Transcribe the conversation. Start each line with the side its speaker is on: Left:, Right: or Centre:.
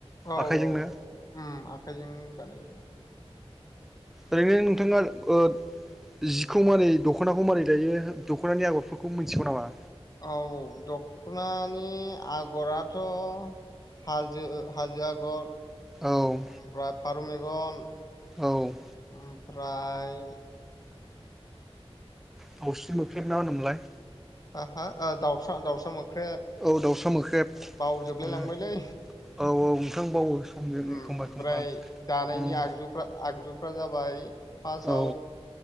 Left: औ
Centre: आखाइजोंनो
Left: औ उम आखाइजोंनो बानायोदा।
Centre: ओरैनो नोंथांङा ओ जिखौ मारै दख'नाखौ मारै दायो दख'नानि आगरफोरखौ मिथिगौ नामा?
Left: औ दख'नानि आगराथ' हाजो हाजो आगर
Centre: औ
Left: ओमफ्राय फारौ मेगन
Centre: औ
Left: ओम फ्राय
Centre: दावस्रि मोख्रेब ना ओनोमोनलाय?
Left: आ हा आ दाउसा दाउसा मोख्रेब।
Centre: औ दाउसा मोख्रेब।
Left: बावजोबलाय लांबायलै
Centre: समजों
Left: उम
Centre: एखमबा एखमबा
Left: ओमफ्राय दानायनि
Centre: उम
Left: आगजुफ्रा आगजु फ्रा जाबाय फार्स्टआव
Centre: औ